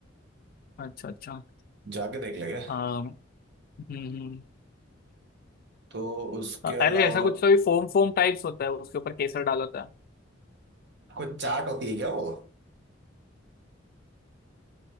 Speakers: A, on the left; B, on the right.
A: अच्छा अच्छा
B: जाके देख लेंगे
A: आ, हम्म हम्म
B: तो उसके
A: अ-
B: अलावा
A: अरे ऐसा कुछ तो भी फोम फोम टाइप्स होता है उसके ऊपर केसर डाला होता है
B: कुछ चाट होती है क्या वो